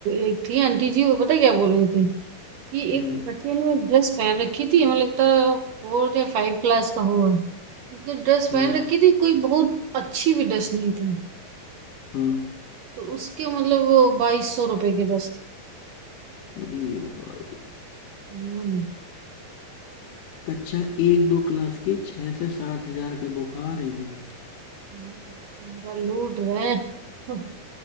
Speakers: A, on the right; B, on the left.
A: एक थी आंटी जी वो पता क्या बोल रही थी कि
B: हाँ
A: एक बच्चे ने ड्रेस पहन रखी थी हमें लगता है फोर्थ या फाइव क्लास का होगा उसने ड्रेस
B: हाँ
A: पहन रखी थी कोई बहुत अच्छी भी ड्रेस नहीं थी
B: हाँ
A: तो उसके मतलब वो बाईस सौ रुपए की ड्रेस थी
B: अरे भाई
A: हम्म,
B: कक्षा एक दो क्लास की छः से सात हजार के बुक आ रही हैं
A: हम्म, पूरा लूट रहे हैं <laughs>